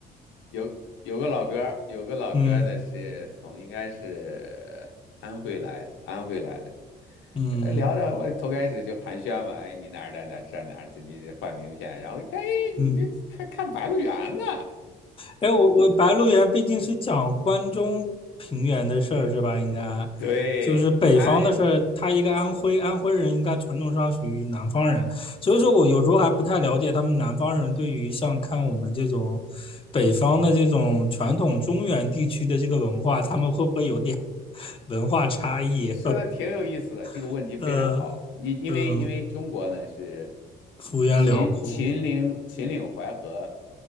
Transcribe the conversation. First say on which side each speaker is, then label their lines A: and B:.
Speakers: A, on the left; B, on the left.
A: 有有个老哥儿，有个老哥儿呢是从应该是安徽来的，
B: 嗯
A: 安徽来的。
B: 嗯
A: 呃聊着，我头开始就寒暄嘛，哎，你哪儿的？哪这哪儿？这你这换名片，然后一看，哎，
B: 嗯。
A: 你这看看《白鹿原》呢？
B: 哎，我我《白鹿原》毕竟是讲关中平原的事儿是吧？应该
A: <laughs> 对，
B: 就是北方的事儿，
A: 太
B: 他一个安徽安徽人，应该传统上属于南方人，所以说我有时候还不太了解他们南方人对于像看我们这种北方的这种传统中原地区的这个文化，他们会不会有点 <laughs> 文化差异？
A: 你说的挺有意思的，这个问题非常好。
B: <laughs> 呃，
A: 你因为因为中国呢是
B: 嗯，幅员辽阔，
A: 秦秦岭秦岭淮河